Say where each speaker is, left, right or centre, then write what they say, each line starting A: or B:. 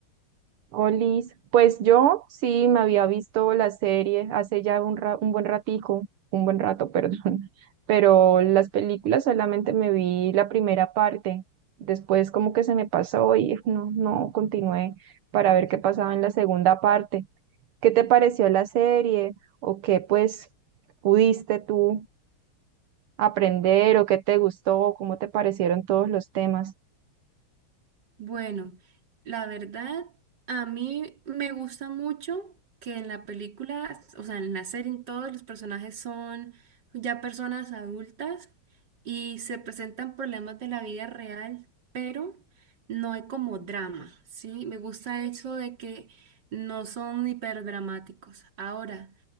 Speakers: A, on the right; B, on the right.
A: Olis, pues yo sí me había visto la serie hace ya un, ra- un buen ratico, un buen rato, perdón, <laughs> pero las películas solamente me vi la primera parte, después como que se me pasó y no, no continué para ver qué pasaba en la segunda parte. ¿Qué te pareció la serie o qué pues pudiste tú aprender o qué te gustó, cómo te parecieron todos los temas?
B: Bueno, la verdad, a mí me gusta mucho que en la película, o sea, en la serie, en todos los personajes son ya personas adultas y se presentan problemas de la vida real, pero no hay como drama, ¿sí? Me gusta eso de que no son hiperdramáticos. Ahora,